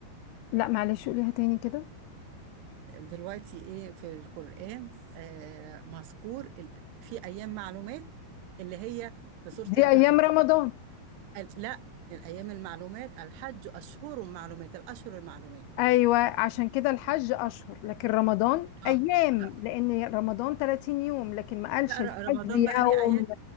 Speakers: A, on the left (about 80°); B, on the right (about 80°).
A: لا معلش قوليها تاني كده
B: دلوقتي ايه في القرآن آه مذكور ال- في ايام معلومات اللي هي في سورة
A: دي
B: البقرة
A: ايام رمضان
B: قال لا الايام المعلومات الحج اشهر معلومات الاشهر المعلومات
A: ايوه عشان كده الحج اشهر لكن رمضان ايام
B: اه لا
A: لان رمضان 30 يوم لكن ما قالش
B: لا،
A: الحج
B: ر- رمضان
A: يوم
B: بقى ليه ايات